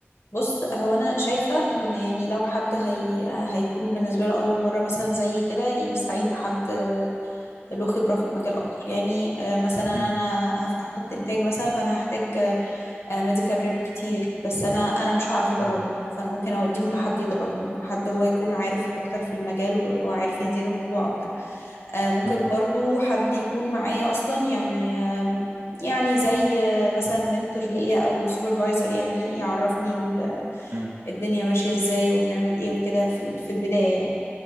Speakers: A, on the left; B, on the right.
A: بص هو انا شايفة ان يعني لو حد هي هيكون بالنسبة له اول مرة مثلا زي كده يستعين بحد له خبرة في المجال أكتر يعني آه، مثلا
B: امم
A: أنا هفتح خط إنتاج مثلا فأنا هحتاج ميديكال ريب كتير بس أنا أنا مش هعرف أدربهم
B: امم
A: فأنا ممكن أوديهم لحد يدربهم حد هو يكون عارف أكتر في المجال و- وعارف يدير الموضوع أكتر آه، ممكن
B: امم
A: برضو حد يكون معايا أصلا يعني آم، يعني زي آه، مثلا منتور ليا أو سوبرفايزر يعني يعرفني ال-
B: امم
A: الدنيا ماشية إزاي وبنعمل إيه وكده في ال- في البداية يعني.